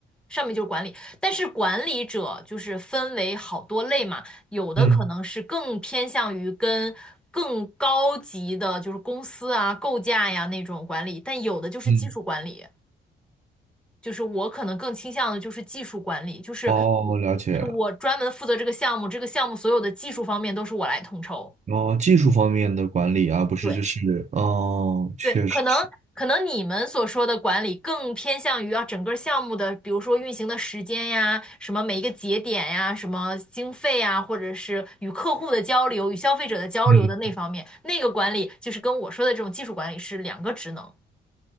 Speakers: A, in the centre; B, on the right.
A: 上面就是管理。但是管理者就是分为好多类嘛，有的可能是更偏向于跟。
B: 嗯
A: 更高级的就是公司啊、构架呀那种管理，但有的就是技术管理。
B: 嗯，
A: 就是我可能更倾向的就是技术管理，就是我就是我专门负责这个项目，
B: 哦，了解。
A: 这个项目所有的技术方面都是我来统筹。
B: 哦，技术方面的管理啊，不是就是，
A: 对
B: 哦，确实是，
A: 对，可能可能你们所说的管理更偏向于啊整个项目的，比如说运行的时间呀，什么每一个节点呀，什么经费呀，或者是与客户的交流、与消费者的交流的那方面，
B: 嗯，
A: 那个管理就是跟我说的这种技术管理是两个职能。